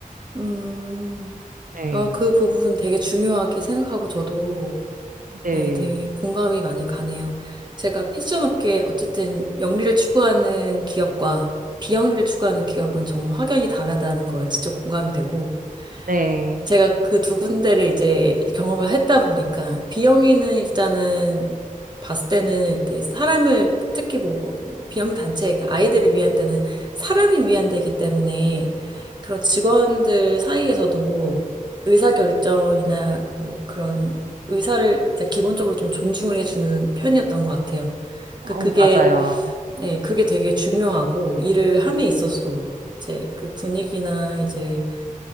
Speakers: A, on the right; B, on the right.
A: 음,
B: 네,
A: 아, 그 부분 되게 중요하게 생각하고 저도
B: 네,
A: 예, 되게 공감이 많이 가네요. 제가 패션 업계 어쨌든 영리를 추구하는 기업과 비영리를 추구하는 기업은 정말 확연히 다르다는 거에 진짜 공감이 되고
B: 네.
A: 제가 그 두 군데를 이제 경험을 했다 보니까 비영리는 일단은 봤을 때는 이제 사람을 특히 뭐, 뭐 비영리 단체 그 아이들을 위한 데는 사람이 위한 데이기 때문에 그런 직원들 사이에서도 의사결정이나 뭐 그런 의사를 이제 기본적으로 좀 존중을 해주는 편이었던 것 같아요.
B: 어,
A: 그 그게
B: 맞아요.
A: 네, 그게 되게 중요하고 일을 함에 있어서도 이제 그 분위기나 이제